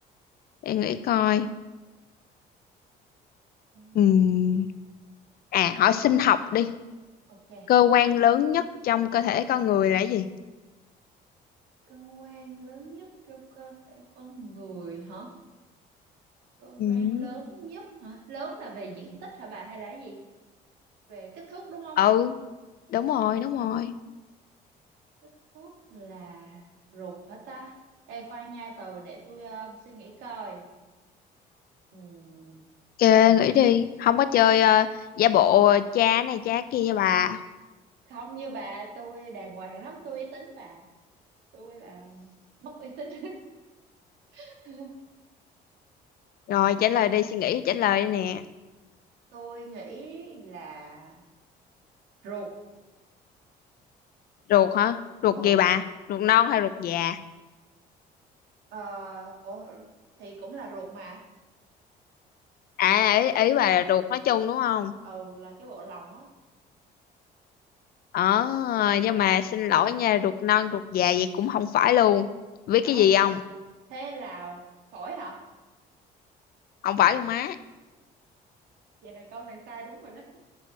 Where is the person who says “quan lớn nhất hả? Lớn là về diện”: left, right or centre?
Right